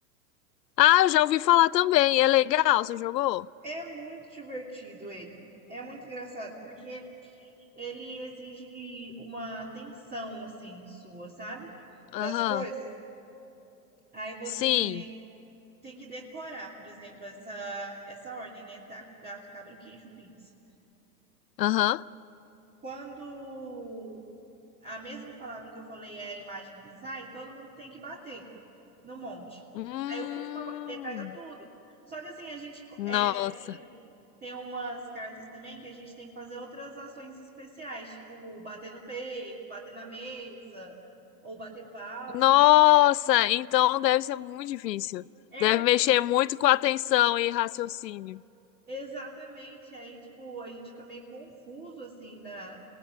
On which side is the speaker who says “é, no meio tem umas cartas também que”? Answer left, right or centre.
Right